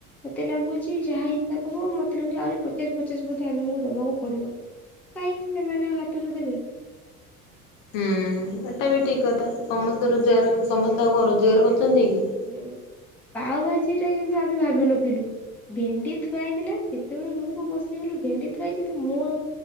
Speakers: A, in the centre; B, on the left (about 45°).
A: ମତେ ଲାଗୁଚି ଯାହା ହିସାବ ହବ ମତେ ଲାଗୁଚି ଆହୁରି ପଚାଶ୍ ପଚାଶ୍ ବୋଧେ ଆମକୁ ଦବାକୁ ପଡିବ। କହିଁକି ସେମାନେ ହାତରୁ ଦେବେ।
B: ହୁଁ ହୁଁ ଏଟା ବି ଠିକ୍ କଥା ସମସ୍ତେ ରୋଜଗାର ସମସ୍ତେ ଆଉ କଣ ରୋଜଗାର କରୁଚନ୍ତି କି।
A: ଉଁ- ପାଓ ଭାଜି ଟା କିନ୍ତୁ ଆମେ ଭାବି ନଥିଲୁ। ଭେଣ୍ଡି ଥୁଆ ହେଇଥିଲା ଯେତେବେଳେ ରୁମ୍ କୁୁ ପସିଗଲୁ ଭେଣ୍ଡି ଥୁଆ ହୋଇଚି ତ ମୁଁ ଆଉ